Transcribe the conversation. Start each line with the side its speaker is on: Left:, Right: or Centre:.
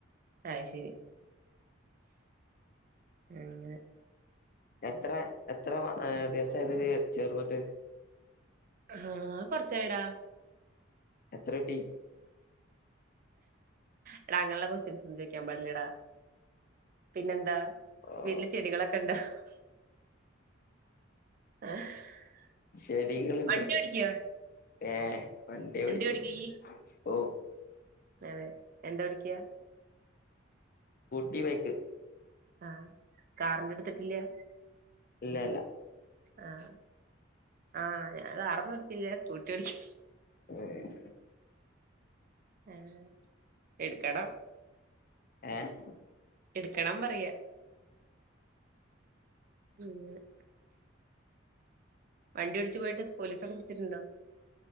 Right: ആയ് ശെരി അങ്ങനെ
Left: എത്ര എത്ര മ അ ദേവസമായി ഇതില് ചേർന്നിട്ട്
Right: ആഹ് കൊറച്ചായ്ടാ
Left: എത്ര കിട്ടീ
Right: എടാ അങ്ങനുള്ള കൊസ്റ്റ്യൻസ്സൊന്നും ചോയിക്കാൻ പാടില്ലടാ പിന്നെന്താ
Left: ഓ
Right: വീട്ടില് ചെടികളൊക്കെ ഇണ്ടോ <unintelligible> <inaudible>
Left: ചെടികള്ണ്ട്
Right: വണ്ടി ഓടിക്കോ
Left: ഏഹ് വണ്ടി ഓടിക്കും
Right: ഓടിക്കോ ഇയ്യ്
Left: ഓ
Right: അതെ എന്താ ഓടിക്യാ
Left: തീബൈക്ക്
Right: ആഹ് കാറിന്റെ എടുത്തിട്ടില്ല്യാ
Left: ഇല്ല ഇല്ലാ
Right: ആഹ് ആ ഞാ കാറൊന്നുഎടുത്തില്ല സ്കൂ ട്ടിയോടിക്ക്
Left: ഏ
Right: ആ എടുക്കണം
Left: ഏഹ്
Right: എടുക്കണം പറയ്യാ അങ്ങനെ വണ്ടി ഓടിച്ചു പോയിട്ട് സ്പോലീസൊക്കെ പിടിച്ചിട്ടുണ്ടോ